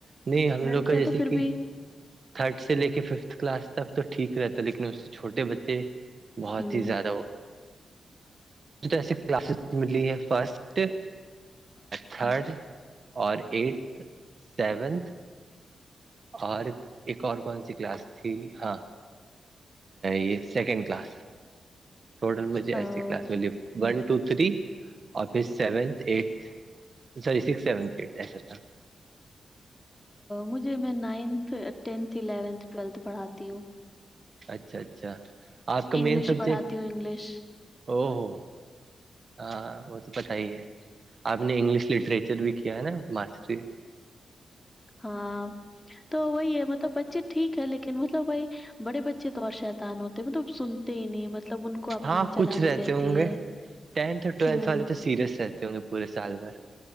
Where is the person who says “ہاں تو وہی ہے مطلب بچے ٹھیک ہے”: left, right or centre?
Left